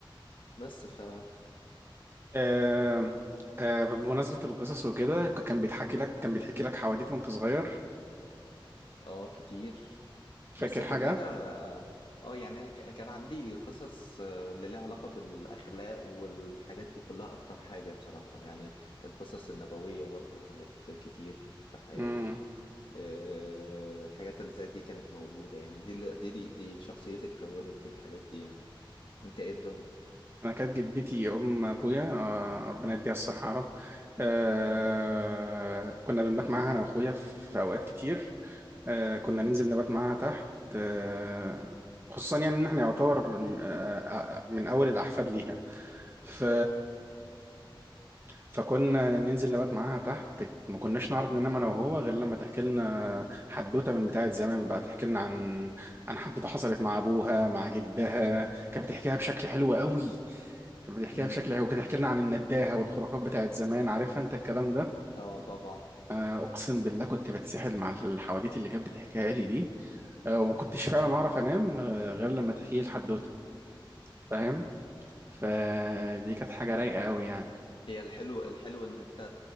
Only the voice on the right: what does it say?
آه آه بمناسبة القصص وكده ك- كان بيتحكي لك كان بيتحكي لك حواديت وانت صغير
فاكر
حاجة؟
مم.
أنا كانت جدتي أم أبويا آه ربنا يديها الصحة يا رب آه
كنا بنبات معاها أنا وأخويا في أوقات كتير آه كنا
ننزل نبات معاها تحت آه خصوصا يعني إن إحنا يعتبر آه آه، من أول الأحفاد ليها ف فكنا ننزل نبات معاها تحت ما كناش نعرف ننام انا وهو غير لما تحكي لنا حدوته من بتاعه زمان بقى تحكي لنا عن عن حدوته حصلت مع ابوها مع جدها كانت بتحكيها بشكل حلو قوي كانت بتحكيها
بشكل حلو كانت بتحكي لنا عن النداهه والخرافات بتاعت زمان عارفها انت الكلام ده
آه، اقسم بالله كنت بتسحل مع الحواديت اللي كانت بتحكيها لي دي آه، وما كنتش فعلا اعرف انام آه، غير لما تحكي لي الحدوته فاهم فدي كانت حاجه رايقه قوي يعني